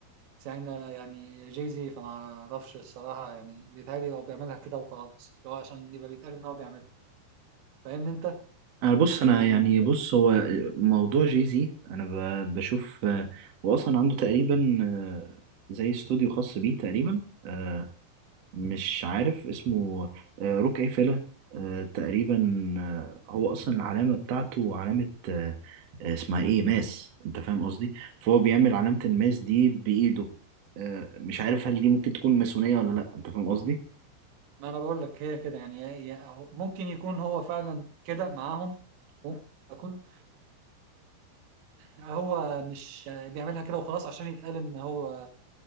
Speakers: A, on the right; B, on the right.
A: ساعتها يعني جاي زي فما اعرفش الصراحه يعني بيتهيألي هو بيعملها كده وخلاص اللي هو عشان يبقى بيتقال ان هو بيعملها فاهمني انت
B: انا بص انا يعني بص هو موضوع جيزي انا ب- بشوف آه، واصلا عنده تقريبا آه، زي استوديو خاص بيه تقريبا آه، مش عارف اسمه آه، روك ايه فيلا آه، تقريبا آه، هو اصلا العلامه بتاعته علامه آه، آه، اسمها ايه ماس انت فاهم قصدي فهو بيعمل علامه الماس دي بايده آه، مش عارف هل دي ممكن تكون ماسونيه ولا لا انت فاهم قصدي
A: ما انا بقول لك هي كده يعني هي هي- هو- ممكن يكون هو فعلا كده معاهم ممكن يكون هو مش بيعملها كده وخلاص عشان يتقال ان هو